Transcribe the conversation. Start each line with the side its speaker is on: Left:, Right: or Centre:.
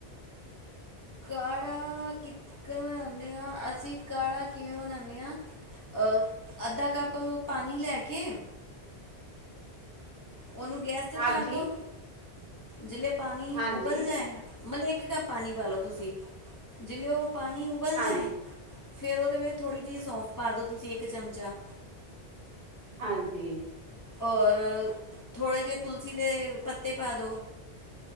Left: ਕਾੜਾ ਕਿਕਨ ਬਣਾਉਂਦੇ ਹਾਂ। ਅਸੀਂ ਕਾੜਾ ਕਿਵੇਂ ਬਣਾਉਂਦੇ ਹਾਂ। ਅ, ਅੱਧਾ ਕੱਪ ਪਾਣੀ ਲੈ ਕੇ ਉਹਨੂੰ ਗੈਸ ਤੇ
Right: ਹਾਂਜੀ
Left: ਧਰ ਦੋ। ਜਿਸਲੇ ਪਾਣੀ
Right: ਹਾਂਜੀ
Left: ਉਬਲ ਜਾਏ ਮਤਲਬ ਇੱਕ ਕੱਪ ਪਾਣੀ ਪਾ ਲਓ ਤੁਸੀਂ। ਜਲੇ ਉਹ ਪਾਣੀ ਉਬਲ
Right: ਹਾਂਜੀ
Left: ਜਾਏ। ਫਿਰ ਉਹਦੇ ਵਿੱਚ ਥੋੜ੍ਹੀ ਜਿਹੀ ਸੌਂਫ ਪਾ ਦਿਉ ਤੁਸੀਂ ਇੱਕ ਚਮਚਾ।
Right: ਹਾਂਜੀ।
Left: ਔਰ ਥੋੜ੍ਹੇ ਜਿਹੇ ਤੁਲਸੀ ਦੇ ਪੱਤੇ ਪਾ ਦਿਉ।